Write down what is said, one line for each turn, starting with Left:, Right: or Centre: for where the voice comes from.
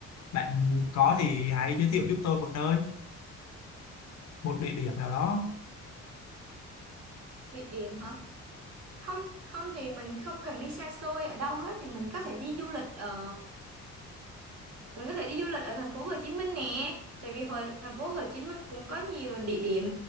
Left: Bạn có thì hãy giới thiệu giúp tôi một nơi, một địa điểm nào đó.
Right: Địa điểm hả? Không, không thì mình không cần đi xa xôi ở đâu hết thì mình có thể đi du lịch ở Mình có thể đi du lịch ở thành phố Hồ Chí Minh nè. Tại vì hồi thành phố Hồ Chí Minh cũng có nhiều địa điểm,